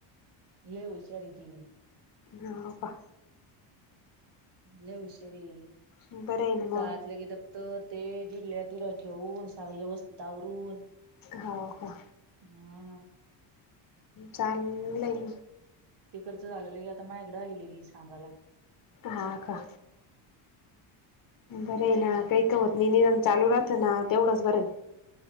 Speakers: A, on the right (about 55°); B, on the left (about 40°).
A: लय हुशार ती,
B: हा बा,
A: लय हुशार ये,
B: बरं आहे ना
A: शाळेतल
B: मग
A: के दप्तर ते जिथल्यातिथे ठेवून, सार व्यवस्थित आवरून,
B: होऊ का,
A: हा
B: चालल,
A: तकडच झालेलं क आता, माझ्याकडे आली सांगायला.
B: हा का, बरं ना काही का होत, मी नियम चालू राहत ना तेवढच बर.